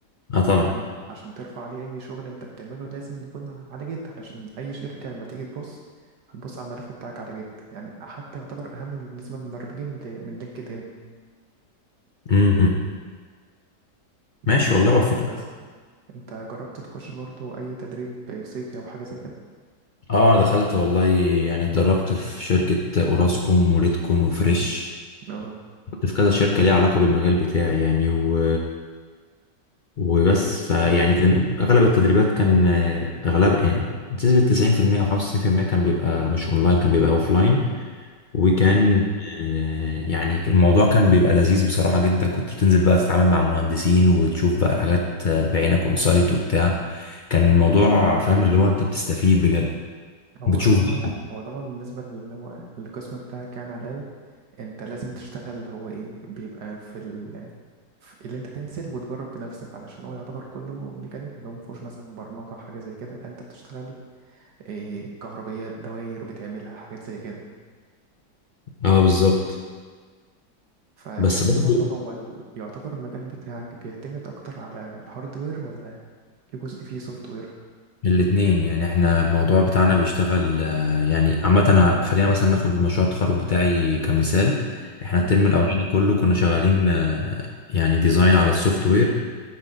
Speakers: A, on the left (about 70°); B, on the right (about 70°).
A: اه طبعا
B: إن عشان ترفع عليه أي شغل أنت بتعمله لازم يكون على جيت علشان أي شركة لما تيجي تبص هتبص على الملف بتاعك على جيت يعني حتى يعتبر أهم بالنسبة للمبرمجين ل- من لينكد إن
A: امم ماشي
B: فدي برضه
A: والله
B: كانت
A: وفق
B: حاجة كويسة انت جربت تخش برضو اي تدريب صيفي او حاجه زي كده
A: اه دخلت والله يعني اتدربت في شركة اوراسكوم وريدكون وفريش
B: اه
A: كنت في كذا شركة ليها علاقة بالمجال بتاعي يعني و... وبس فيعني كان اغلب التدريبات كان آه، اغلب يعني بنسبة 90% او 95% كان بيبقى مش اونلاين كان بيبقى اوفلاين وكان
B: تمام
A: آه، يعني كان- الموضوع كان بيبقى لذيذ بصراحة جدا كنت بتنزل بقى تتعامل مع مهندسين وتشوف بقى الحاجات آه، بعينك اونسايت وبتاع كان الموضوع فاهم اللي هو انت بتستفيد بجد
B: هو
A: بتشوف
B: طبعا
A: بقى
B: هو طبعا بالنسبه اللي هو القسم بتاعك يعني على الاقل انت لازم تشتغل هو ايه بيبقى في ال... في اللي انت تنزل وتجرب بنفسك علشان هو يعتبر كله ميكانيكا اللي هو مفهوش مثلا برمجه حاجه زي كده لا انت بتشتغل إيه كهربيات دواير بتعملها حاجات زي كده
A: اه بالظبط
B: فكلمني
A: بس برضه
B: برضه هو ال... يعتبر المجال بتاعك بيعتمد اكتر على الهاردوير ولا في جزء فيه سوفت وير
A: الاتنين يعني احنا الموضوع بتاعنا بيشتغل آه، يعني عامة أنا- خلينا مثلا ناخد مشروع التخرج بتاعي كمثال احنا
B: تمام
A: الترم الأولاني كله كنا شغالين آه، يعني ديزاين على السوفت وير